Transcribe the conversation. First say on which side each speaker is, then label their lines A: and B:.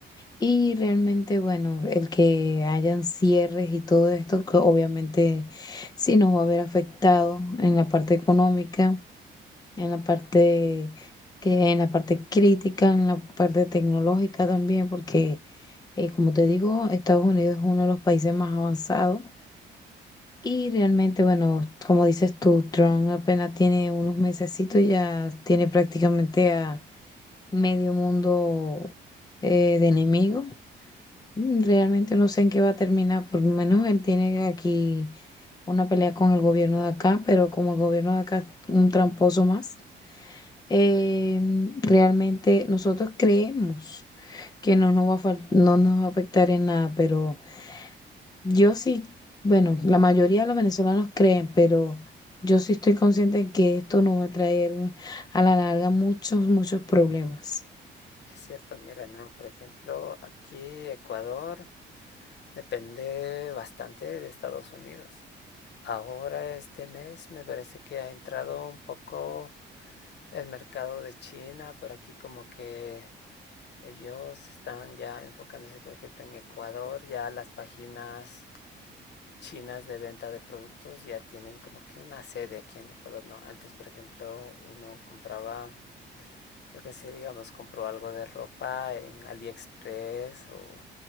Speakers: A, on the left; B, on the left.
A: y realmente, bueno, el que hayan cierres y todo esto, que obviamente sí nos va a haber afectado en la parte económica en la parte que en la parte crítica, en la parte tecnológica también, porque eh, como te digo, Estados Unidos es uno de los países más avanzados y realmente, bueno, como dices tú, Trump apenas tiene unos mesecitos y ya tiene prácticamente a medio mundo eh, de enemigos. Mm, Realmente no sé en qué va a terminar, por lo menos él tiene aquí una pelea con el gobierno de acá, pero como el gobierno de acá es un tramposo más eh, realmente nosotros creemos que no nos va a fal- no nos va a afectar en nada, pero yo sí, bueno, la mayoría de los venezolanos creen, pero yo sí estoy consciente de que esto nos va a traer a la larga muchos, muchos problemas.
B: Es cierto, mira, ¿no? Por ejemplo, aquí Ecuador depende bastante de Estados Unidos. Ahora este mes me parece que ha entrado un poco el mercado de China por aquí, como que ellos están ya enfocándose, por ejemplo, en Ecuador, ya las páginas chinas de venta de productos ya tienen como que una sede aquí en Ecuador, ¿no? Antes, por ejemplo, uno compraba, yo qué sé, digamos, compró algo de ropa en AliExpress o